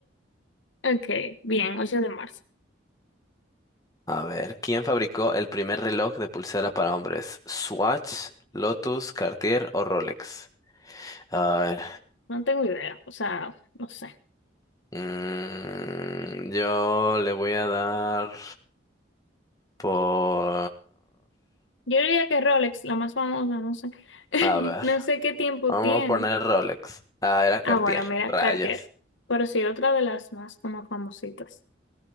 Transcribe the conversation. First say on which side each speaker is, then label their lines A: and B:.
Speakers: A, on the left; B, on the left.
A: Ok, bien, 8 de marzo.
B: A ver, ¿quién fabricó el primer reloj de pulsera para hombres? ¿Swatch, Lotus, Cartier o Rolex? A ver,
A: No tengo idea, o sea, no sé.
B: mm, yo le voy a dar por...
A: Yo diría que Rolex, la más famosa, no sé. <laughs>
B: A ver,
A: No sé qué tiempo
B: vamos
A: tiene.
B: a poner Rolex. Ah, era Cartier.
A: Ah, bueno, mira,
B: Rayos.
A: Cartier. Pero sí, otra de las más como famositas.